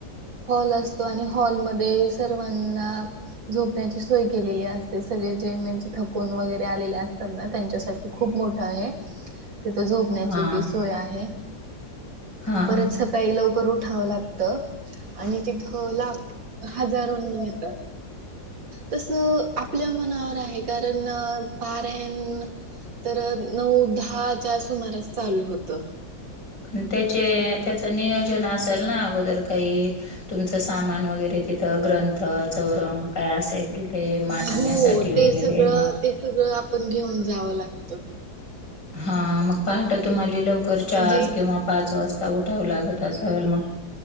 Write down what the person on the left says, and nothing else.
हा
हा
पण त्याचे त्याच नियोजन असेल ना अगोदर काही तुमचं सामान वगैरे ति थ ग्रंथ, चौरंग काय असेल ते मांडण्यासाठी
वगैरे
मग
हा मग पहाट तुम्हाला लवकर
चार किंवा पाच वाजता उठाव लागत असल म्हग.